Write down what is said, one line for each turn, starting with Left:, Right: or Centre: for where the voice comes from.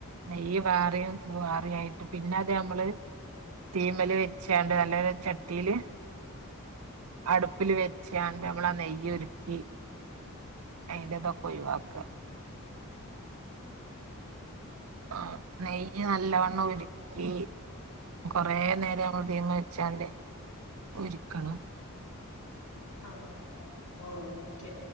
Right: നെയ് വാറിയും വാറായിട്ട് പിന്നെ അതെ നമ്മള് തീമല് വെച്ചാണ്ട് നല്ലൊരു ചട്ടീല് അടുപ്പില് വെച്ചാണ്ട് നമ്മള ആ നെയ് ഉരുക്കി അയിന്റേതൊക്കയുവാക്ക ആ നെയ് നെയ് നല്ലോണ്ണം ഉരുക്കി കൊറേ നേരം നമ്മള് ഇതീമെ വെച്ചാന്റെ ഉര്ക്കണം
Left: ആഹ് ഓ ഓക്കെ